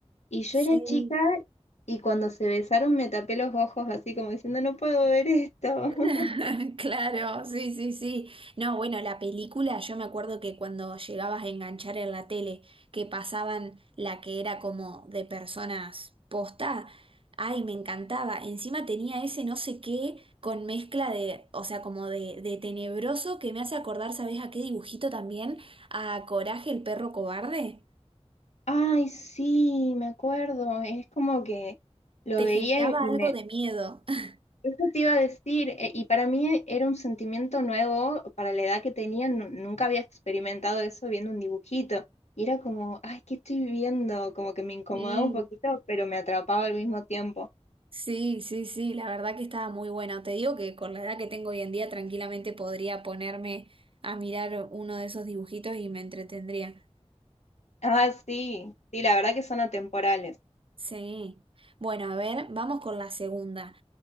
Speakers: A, on the left; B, on the right.
A: Y yo
B: Sí.
A: era chica y cuando se besaron me tapé los ojos así como diciendo, no puedo ver esto. <laughs>
B: <laughs> Claro, sí, sí, sí. No, bueno, la película, yo me acuerdo que cuando llegabas a enganchar en la tele, que pasaban la que era como de personas posta, ay, me encantaba. Encima tenía ese no sé qué con mezcla de, o sea, como de, de tenebroso que me hace acordar, ¿sabes a qué dibujito también? A Coraje, el perro cobarde.
A: Ay, sí, me acuerdo. Es como que lo
B: Te
A: veía
B: generaba
A: y, y
B: algo
A: me...
B: de miedo. <laughs>
A: Eso te iba a decir, e- y para mí era un sentimiento nuevo, para la edad que tenía, nu- nunca había experimentado eso viendo un dibujito. Y era como, ay, ¿qué estoy viendo? Como que me incomodaba
B: Sí.
A: un poquito, pero me atrapaba al mismo tiempo.
B: Sí, sí, sí, la verdad que estaba muy bueno. Te digo que con la edad que tengo hoy en día tranquilamente podría ponerme a mirar uno de esos dibujitos y me entretendría.
A: Ah, sí, sí, la verdad que son atemporales.
B: Sí. Bueno, a ver, vamos con la segunda.